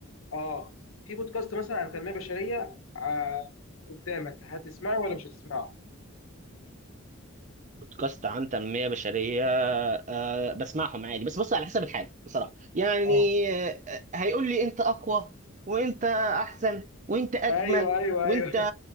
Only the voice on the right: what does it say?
بودكاست عن تنميه بشريه أه بسمعهم عادي بس بص على حسب الحاجه بصراحه يعني
آه، هيقول لي انت اقوى وانت احسن وانت اجمل
وانت